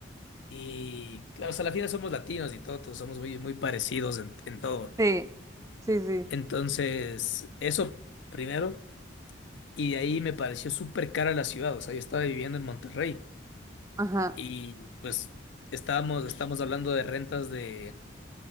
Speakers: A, on the left; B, on the right.
A: Y claro, o sea, a la final somos latinos y todo, todos somos muy, muy parecidos en, en todo.
B: Sí, sí, sí.
A: Entonces, eso primero. Y de ahí me pareció súper cara la ciudad, o sea, yo estaba viviendo en Monterrey
B: Ajá.
A: y pues estábamos, estamos hablando de rentas de